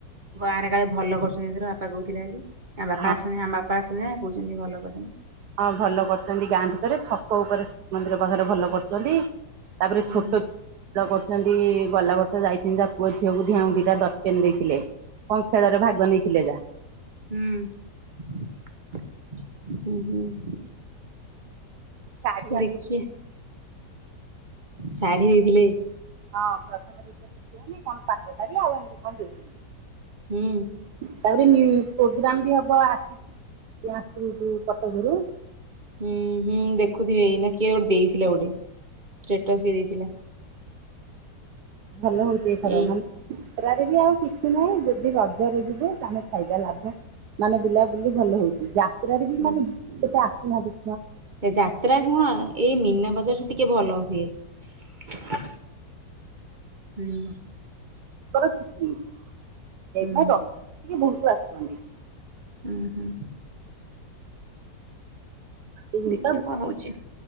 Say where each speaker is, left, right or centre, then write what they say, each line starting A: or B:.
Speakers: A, on the right; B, on the right.
A: ଗାଁ ରେ କାଳେ ଭଲ କରୁଛନ୍ତି ଏଥର ବାପା କହୁଥିଲେ ଆଜି ତା ବାପା
B: ଆଉ
A: ଆସାନ୍ତି ଆଁ ବାସ୍ନା କହୁଛନ୍ତି ଭଲ କରିଛନ୍ତି।
B: ହଁ ଭଲ କରଛନ୍ତି ଗାଁ ଭିତରେ ଛକ ଉପରେ ମନ୍ଦିର ପାଖରେ ଭଲ କରୁଛନ୍ତି। ତାପରେ
A: ହୁଁ
B: ଛୋଟ <unintelligible> ସେନ୍ତି ଗଲା ବର୍ଷ ଯାଇଥିଲି ଯାହା ପୁଅ ଝିଅକୁ ଦିହାଙ୍କୁ ଦିଇଟା ଡଟ୍ ପେନ୍ ଦେଇଥିଲେ କଣ ଖେଳରେ ଭାଗ ନେଇଥିଲେ ଯାହା।
A: ହୁଁ ଉଁ ହୁଁ ଉଁ
B: ଶାଢ଼ୀ
A: ଦେଖିଆ
B: ଆଣିକି?
A: ଶାଢୀ ଦେଇଥିଲେ।
B: ହଁ ପ୍ରଥମ ଦ୍ୱିତୀୟ ତୃତୀୟ ହେଲେ କଣ ପାଟ ଶାଢୀ ଆଉ ଏମିତି କଣ ଦଉଛନ୍ତି।
A: ହୁଁ
B: ତାପରେ ମି ପୋଗ୍ରାମ ବି ହବ ଆସିକି ଡାନ୍ସଗ୍ରୁପ୍ କଟକ ରୁ
A: ହୁଁ ହୁଁ ଦେଖୁଥିଲି ଏଇନା କିଏ ଗୋଟେ ଦେଇଥିଲା ଗୋଟେ ଷ୍ଟାଟସ୍ କିଏ ଦେଇଥିଲା।
B: ଭଲ ହଉଛି ଏଇଥର
A: ଏଇ
B: ମାନେ ଖରାରେ ବି ଆଉ କିଛି ନାହିଁ ଯଦି ରଜରେ ଯିବ ତାହେଲେ ଫାଇଦା ଲାଭ ମାନେ ବୁଲାବୁଲି ଭଲ ହଉଛି ଯା ସେରାରେ ବି
A: ହୁଁ।
B: ମାନେ ଝି ସେଟା। <unintelligible>
A: ଏ ଯାତ୍ରା କଣ ଏଇ ମୀନା ବଜାର ଠୁ ଟିକେ ଭଲ ସିଏ ହୁଁ
B: ମୋର ଛୁଟି ସେଇମାଗ
A: ହୁଁ
B: ଟିକେ ବହୁତ ଆସୁଛନ୍ତି।
A: ଉଁ ହୁଁ
B: ଆଣ୍ଟି ଜିନିଷ
A: ଦେଖିବା କଣ ହଉଛି ଆଉ